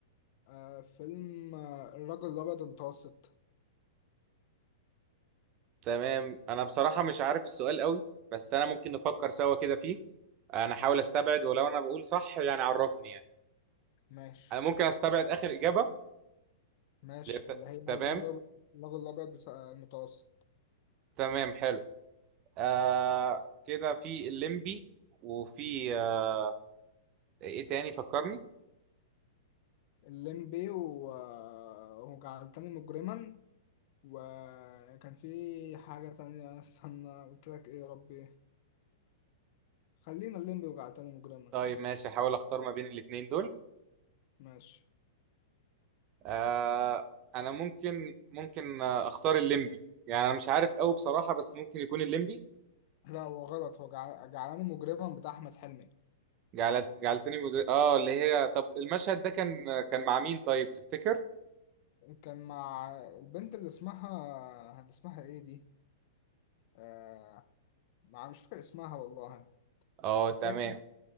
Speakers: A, on the left; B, on the right.
A: آه فيلم آه الرجل الأبيض المتوسط
B: تمام انا بصراحة مش عارف السؤال قوي بس انا ممكن نفكر سوا كده فيه انا احاول
A: ماشي
B: استبعد ولو انا بقول صح يعني عرفني يعني
A: ماشي
B: انا ممكن استبعد اخر إجابة
A: ماشي
B: اللي بت-
A: اللي هي الرجل
B: تمام
A: الرجل الأبيض بس- آه، المتوسط
B: تمام حلو آه كده في الليمبي وفي آه ايه تاني فكرني
A: الليمبي و- آه، وجعلتني مجرما وكان في حاجة تانية استنى قلت لك ايه يا ربي خلينا الليمبي وجعلتني مجرما
B: طيب
A: يعني
B: ماشي احاول اختار ما بين الاتنين دول
A: ماشي
B: آه انا ممكن ممكن آه، اختار الليمبي يعني انا مش عارف قوي بصراحة بس ممكن يكون الليمبي
A: لا هو غلط هو جع- جعلاني مجرما بتاع أحمد حلمي
B: جعلت جعلتني مدر... اه اللي هي طب المشهد ده كان كان مع مين طيب تفتكر
A: كان مع البنت اللي اسمها اللي اسمها ايه دي آه... مع مش فاكر اسمها والله
B: اه
A: بس
B: تمام
A: هي كانت